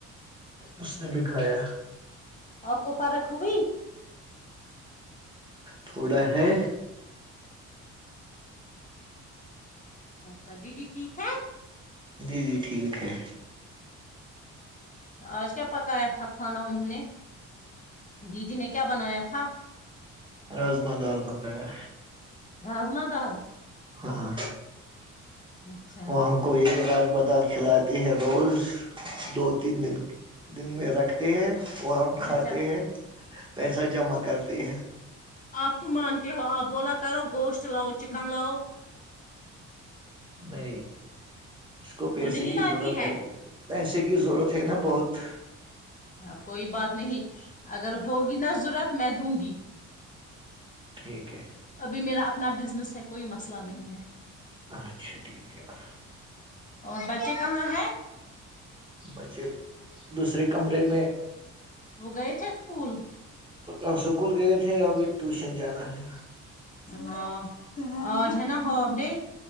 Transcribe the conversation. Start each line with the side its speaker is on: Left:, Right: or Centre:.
Right: اس نے بھی کھایا
Left: آپ کو فرق ہوئی
Right: تھوڑا ہے
Left: اچھا دیدی ٹھیک ہے
Right: جی جی ٹھیک ہے
Left: اچھا آج کیا پکایا تھا کھانا انہوں نے دیدی نے کیا بنایا تھا
Right: راجما دال پکایا
Left: راجما دال
Right: ہاں
Left: اچھا
Right: وہ ہم کو یہ رہ بادال کھلاتے ہیں روز دو تین دن دن میں رکھتے ہیں اور ہم کھاتے
Left: اچھا
Right: ہیں پیسہ جمع کرتی ہے
Left: آپ کیوں مانتے ہو آپ بولا کرو گوشت لاؤ چکن لاؤ
Right: نہیں اس کو پیسے
Left: وہ نہیں
Right: کی
Left: لاتی
Right: ضرورت ہے پیسے کی ضرورت ہے نا بہت
Left: ہ کوئی بات نہیں اگر ہوگی ن ضرورت میں دوں گی
Right: ٹھیک ہے
Left: ابھی میرا اپنا بزنس ہے کوئی مسئلہ نہیں ہے
Right: اچھا ٹھیک ہےیار
Left: اور بچے کہاں ہیں
Right: بچے دوسرے کمرے میں
Left: وہ گئے تھے اسکول
Right: اب سکول گئے تھے ابھی ٹیوشن جانا ہے
Left: ہاں اورج ہے نا ہوپ ڈے